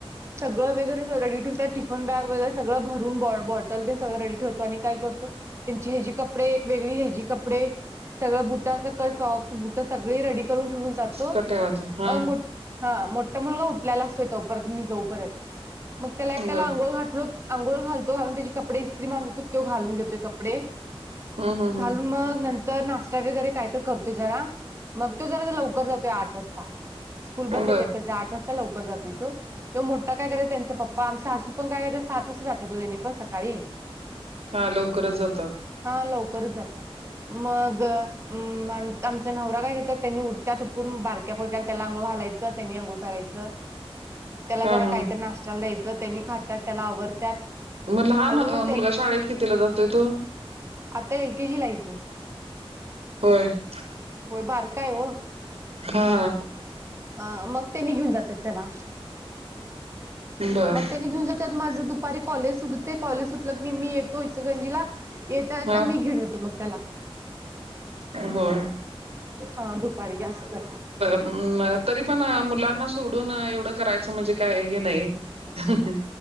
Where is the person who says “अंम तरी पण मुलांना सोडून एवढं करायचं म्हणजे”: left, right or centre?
Right